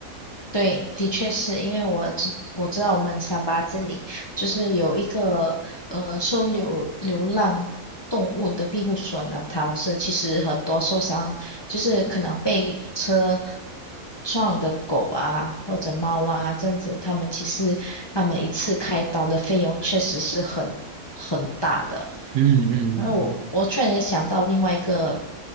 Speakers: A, on the left; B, on the right.
A: 对，的确是因为我知我知道我们三八这里就是有一个呃收留流浪动物的庇护所呢，它是其实很多受伤。就是可能被车撞的狗啊或者猫啊这样子，他们其实他们一次开刀的费用确实是很很大的。
B: 嗯嗯嗯，
A: 然后我我突然间想到另外一个